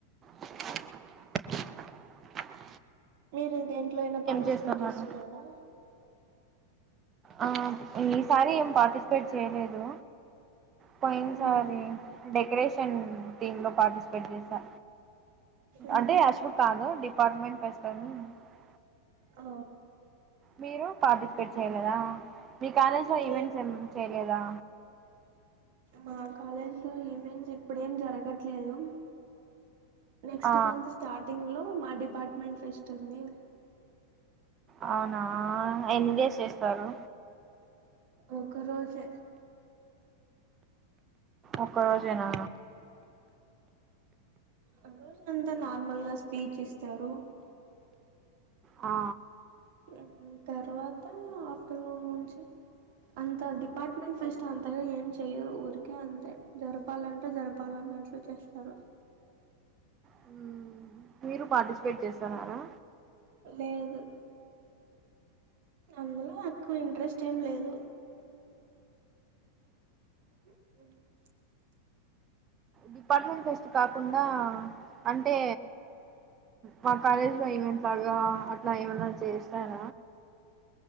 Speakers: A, on the right; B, on the right.
A: <unintelligible>
B: మీరు దేంట్లో అయినా పార్టిసిపేట్
A: చేస్తున్నారు
B: చేస్తున్నారా
A: ఆ ఈసారి ఏం పార్టిసిపేట్ చేయలేదు పోయిన్
B: ఉమ్
A: సారి డెకరేషన్ టీమ్ లో పార్టిసిపేట్ చేసా
B: ఉహు
A: అంటే అశ్వో కాను డి పార్మెంట్ <unintelligible>
B: ఆ
A: మీరు పార్టిసిపేట్ చేయలేదా మీ కాలేజ్ లో
B: లే
A: ఈవెంట్స్ ఏం చేయలేదా
B: మా కాలేజ్ లో ఈవెంట్స్ ఇప్పుడేం జరగట్లేదు నెక్స్ట్
A: ఆ
B: మంత్ స్టార్టింగ్ లో మ డిపార్ట్మెంట్ ఫెస్ట్ ఉంది
A: అవునా ఎన్ని డేస్ చేస్తారు
B: ఒక్క రోజే
A: ఒక్క రోజేనా
B: ఉమ్ రోజు అంతా నార్మల్ గా స్పీచ్ ఇస్తారు
A: ఆ
B: దాని తర్వాత ఆఫ్టర్నూన్ నుంచి అంత డిపార్ట్మెంట్ ఫెస్ట్ అంతగా ఏం చెయ్యరు ఊరికే అంతే జరపాలంటే జరపాలన్నట్లు చేస్తారు
A: హమ్ మీరు పార్టిసిపేట్ చేస్తన్నారా
B: లేదు అందులో నాకు ఇంట్రెస్ట్ ఏం లేదు ఉ
A: డిపార్ట్మెంట్ ఫెస్ట్ కాకుండా అంటే మా కాలేజ్ లో ఏం బగా అట్లా ఏమన్నా చేస్తార